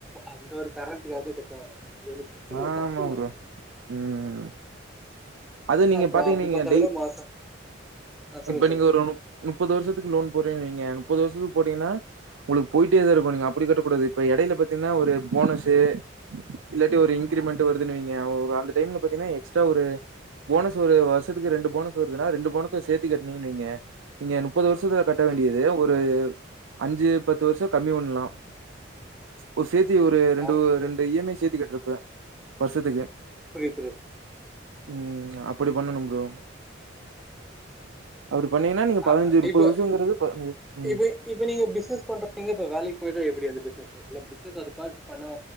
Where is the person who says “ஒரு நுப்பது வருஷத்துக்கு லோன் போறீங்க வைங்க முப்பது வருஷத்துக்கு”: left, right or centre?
Right